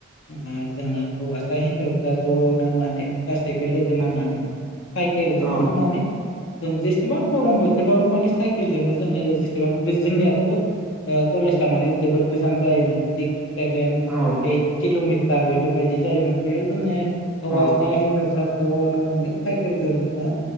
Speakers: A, on the left; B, in the centre.
A: ओ जोङो हौवासा हिनजावसा ज'नो माने गासैबो लोगो नांनानै साइकेलजोंनो
B: औ
A: माने जों जेसेबां गरम बोथोरबाबो माने साइकेलजोंनो जोङो जेसेबां गो जोंनियाथ' ओ कले लेजा माने जोबोर गोजान जायोमोन सिक्स सेभेन
B: औ
A: ओइद किल' मि टार बेफोरबायदि जायोमोन बेयाव जोङो हौवासा
B: औ
A: हिनजावसा ज'नो माने साइकेलजों जोङो